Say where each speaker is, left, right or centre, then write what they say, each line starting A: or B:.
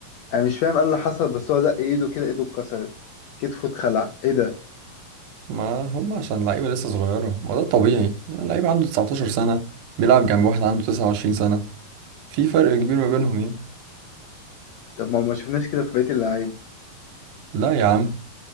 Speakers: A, on the left (about 85°); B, on the right (about 75°).
A: انا مش فاهم ايه اللي حصل بس هو زق ايده كده ايده اتكسرت كتفه اتخلع ايه ده
B: ما هم عشان لعيبة لسه صغيرة ما ده طبيعي يعني لعيب عنده 19 سنة بيلعب جنب واحد عنده 29 سنة في فرق كبير ما بينهم يعني
A: طب ما هو ما شفناش كده في بقية اللعيبة
B: لا يا عم